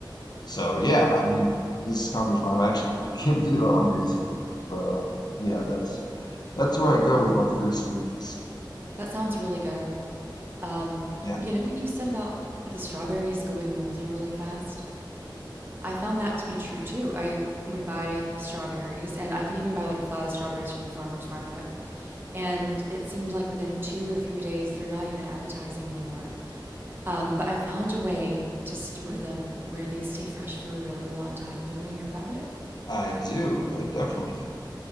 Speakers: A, on the left (about 55°); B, on the right (about 25°).
A: so yeah, I mean, this conversation, I'm actually, <laughs> I can't believe how hungry this is making me. But um, yeah, that's that's where I go with my fruit smoothies.
B: That sounds really good. Um,
A: Yeah,
B: you know what you said about the strawberries going moldy really fast? I found that to be true too. I would buy strawberries, and I could even buy like a flat of strawberries from the farmer's market. And it seems like within two or three days, they're not even appetizing anymore. Um, but I found a way to store them where they stay fresh for a really long time. Do you want to hear about it?
A: I do. I definitely do.